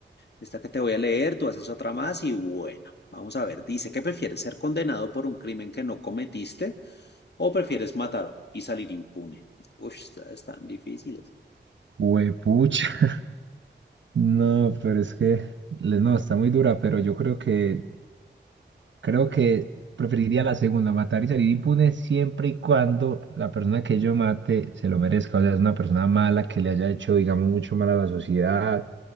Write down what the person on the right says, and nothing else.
Huepucha. No, pero es que, le- no, está muy dura, pero yo creo que Creo que preferiría la segunda, matar y salir impune siempre y cuando la persona que yo mate se lo merezca. O sea, es una persona mala que le haya hecho, digamos, mucho mal a la sociedad